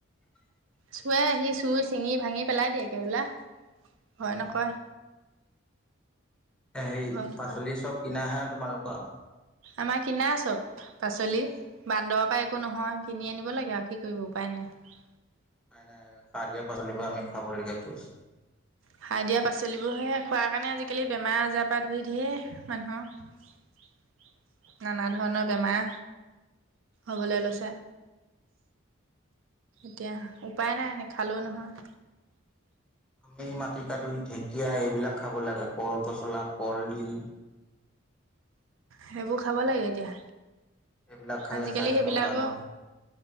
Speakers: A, in the centre; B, on the right (about 75°).
A: <unintelligible>
B: চোৱাই আহি চুৰ চিঙি ভাঙি পেলাই দিয়ে কেৱলা ভয়
A: উম
B: নকয়
A: হেৰি
B: নকৰে
A: পাচলি চব কিনাহে আৰু তোমালোকৰ
B: আমাৰ কিনা চব পাচলি বান্দৰৰ পৰা একো নহয় কিনি আনিব লাগে আৰু কি কৰিব উপায় নাই।
A: উপায় নাই আৰু, দিয়া পাচলিবোৰ আমি খাবলৈকে পছো
B: সাৰ দিয়া পাচলিবোৰ সে খোৱাৰ কাৰণে আজিকালি বেমাৰ আজাৰ পৰা ধুই ধেৰ মানুহৰ নানা ধৰণৰ বেমাৰ,, হ'বলৈ লৈছে। এতিয়া উপায় নাই এনে নেখালে ও নহয়
A: আমি মাটি কাদুই ঢেঁকীয়া, এইবিলাক খাব লাগে কল পচলা, কলডিল
B: সেইবোৰ খাব
A: মানিমুনি
B: লাগে এতিয়া
A: এইবিলাক খালে
B: আজিকালি
A: স্বাস্থ্য
B: সেইবিলাকো
A: ভাল হয়।